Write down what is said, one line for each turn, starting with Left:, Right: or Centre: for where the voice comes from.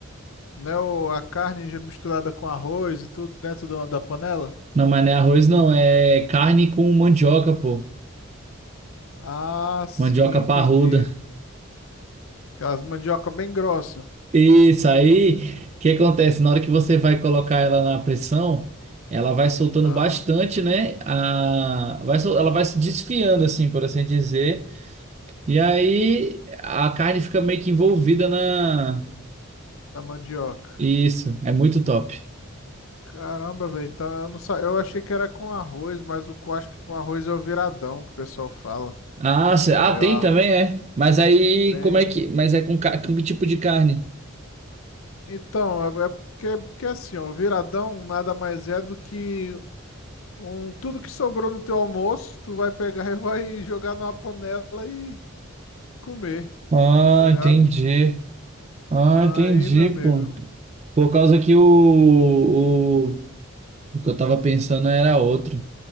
Left: Né, o- a carne já misturada com arroz e tudo dentro da, da panela?
Right: Não, mas não é arroz, não. É carne com mandioca, pô.
Left: Ah, sim,
Right: Mandioca parruda.
Left: entendi. Aquelas mandioca bem grossa.
Right: Isso aí. O que acontece? Na hora que você vai colocar ela na pressão, ela vai soltando
Left: Ah,
Right: bastante, né? A... Vai sol- Ela vai se desfiando, assim, por assim dizer. E aí a carne fica meio que envolvida na.
Left: da mandioca.
Right: Isso. É muito top.
Left: Caramba, velho. Então eu não sa... eu achei que era com arroz, mas o eu acho que com arroz é o viradão que o pessoal fala.
Right: Ah, cê-
Left: Que
Right: ah,
Left: é
Right: tem
Left: a...
Right: também, é. Mas aí,
Left: tem.
Right: como é que. Mas é com, ca- com que tipo de carne?
Left: Então, é, é porque, porque assim, ó, o viradão nada mais é do que Um, tudo que sobrou no teu almoço, tu vai pegar e vai jogar numa panela e comer,
Right: Ah,
Left: tá ligado?
Right: entendi. Ah,
Left: Aí,
Right: entendi,
Left: meu amigo,
Right: pô. Por causa que o, o, o que eu tava pensando era outro.